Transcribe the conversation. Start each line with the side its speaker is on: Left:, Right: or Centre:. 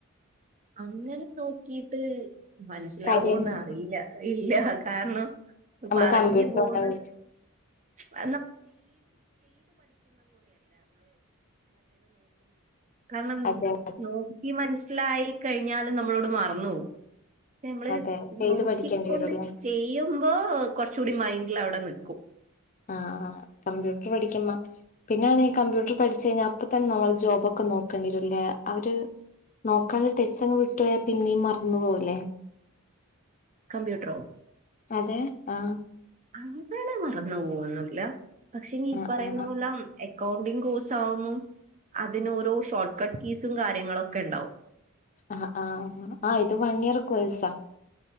Right: അങ്ങനെ നോക്കിട്ട് മനസ്സിലാവോന്ന്
Left: കാര്യമായിരുന്നു
Right: അറിയില്ല ഇല്ല കാരണം
Left: നമ്മൾ
Right: പറഞ്ഞ്
Left: കമ്പ്യൂട്ടർ
Right: പോന്ന
Left: വെച്ച്
Right: <unintelligible> കാരണം
Left: അതെ
Right: നോക്കി മനസ്സിലായി കഴിഞ്ഞാലും നമ്മളോട് മറന്ന് പോവും നെമ്മള്
Left: അതെ ചെയ്ത്
Right: നോക്കിക്കൊണ്ട്
Left: പഠിക്കേണ്ടി വരുംല്ലേ
Right: ചെയ്യ്മ്പോ കൊറച്ച് കൂടി മൈൻ <unintelligible> അവടെ നിക്കും
Left: ആാ ആാ കമ്പ്യൂട്ടറ് പഠിക്കമ്പം പിന്നെ ആണേ കമ്പ്യൂട്ടർ പഠിച്ച് കഴിഞ്ഞാ അപ്പാ തന്നെ നമ്മള് ജോബൊക്കെ നോക്കണ്ട് വെരും അല്ലേ അവര് നോക്കാണ്ട് ടച്ച് അങ്ങ് വിട്ട് പോയാ പിന്നോ മറന്ന് പോകാല്ലേ
Right: കമ്പ്യൂട്ടറോ
Left: അതെ ആാ
Right: അങ്ങനെ മറന്ന് പോകുന്നില്ല പശേ ഇങ്കി ഈ
Left: ആഹ്
Right: പറയ്ന്നാ
Left: ആഹ്
Right: പോലാം എ അക്കൗണ്ടിംഗ കോഴ്സ് ആവ്മ്പം അതിന് ഓരോ ഷോർട്ട് കട്ട് കീസും കാര്യങ്ങളോക്കെ ഇണ്ടാവും
Left: ആാ ആാ ആാ ഇത് വൺ ഇയറ് കൊയ്യ്സാ